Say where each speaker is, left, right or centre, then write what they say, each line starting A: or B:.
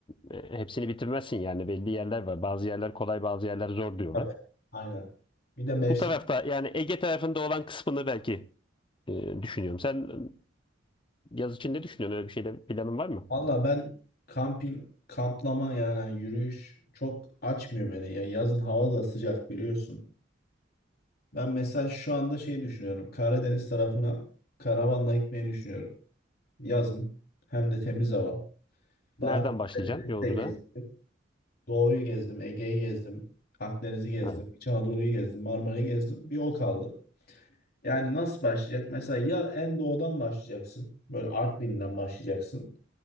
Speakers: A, on the left; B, on the left.
A: e, hepsini bitirmezsin yani belli yerler var. Bazı yerler kolay bazı yerler zor diyorlar.
B: Tabii. Aynen. Bir de mevsim.
A: bu tarafta yani Ege tarafında olan kısmını belki e, düşünüyorum. Sen e, yaz için ne düşünüyorsun? Öyle bir şeyle planın var mı?
B: Valla ben kamping, kamplama yani hani yürüyüş çok açmıyor beni. Ya yazın hava da sıcak biliyorsun. Ben mesela şu anda şey düşünüyorum. Karadeniz tarafına karavanla gitmeyi düşünüyorum. Yazın. Hem de temiz hava. Daha
A: Nereden
B: önce
A: başlayacaksın
B: Karadeniz'de
A: yolculuğa?
B: gezdim. Doğu'yu gezdim, Ege'yi gezdim, Akdeniz'i gezdim,
A: Ha.
B: İç Anadolu'yu gezdim, Marmara'yı gezdim. Bir o kaldı. Yani nasıl başlayacak? Mesela ya en doğudan başlayacaksın. Böyle Artvin'den başlayacaksın.